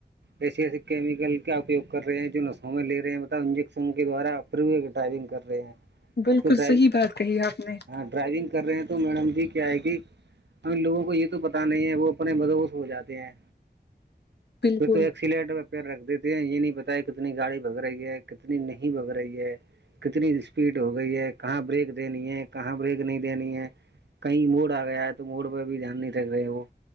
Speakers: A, on the right; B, on the left.
A: ایسے ایس کیمیکل کا اپیگ کر رہے ہیں جو نسوں میں لے رہے ہیں مطب انجسوں کے دوارا پوئے کے ڈرائیونگ کر رہے ہیں
B: بالکل
A: تو ڈرائی
B: صحیح بات کہی آپ نے
A: ہاں ڈرائیونگ کر رہے ہیں تو میڈم جی کیا ہے کہ ہم لوگوں کو یہ تو پتا نہیں ہے وہ اپنے بدوس ہو جاتے ہیں
B: بالکل
A: تو ایکلینٹ پ رکھ دیتے ہیں یہ نہیں پتا کتنی گاڑی بگ رہی ہے کتنی نہیں بگ رہی ہے کتنی اسپیڈ ہو گئی ہے کہاں بریک دینی ہے کہاں بریک نہیں دینی ہے کہیں موڑ آ گیا ہے تو موڑ پہ بھی دھیان نہیں رکھ رہے وہ